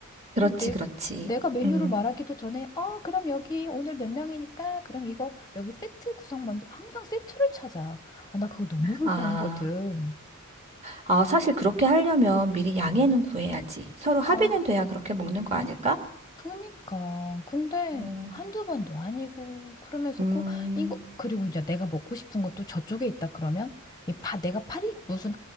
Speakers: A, on the right; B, on the left.
A: 그렇지,
B: 내,
A: 그렇지.
B: 내가 메뉴를
A: 음.
B: 말하기도 전에, 어, 그럼 여기 오늘 몇 명이니까, 그럼 이거 여기 세트 구성 먼저, 항상 세트를 찾아. 아, 나 그거 너무 불편하거든.
A: 아, 아, 사실 그렇게 하려면 미리 양해는 구해야지. 서로 합의는
B: 아,
A: 돼야 그렇게 먹는 거 아닐까?
B: 그니까. 근데
A: 음,
B: 한두 번도 아니고, 그러면서
A: 음,
B: 꼭, 이거, 그리고 이제 내가 먹고 싶은 것도 저쪽에 있다 그러면, 이 파, 내가 파리? 무슨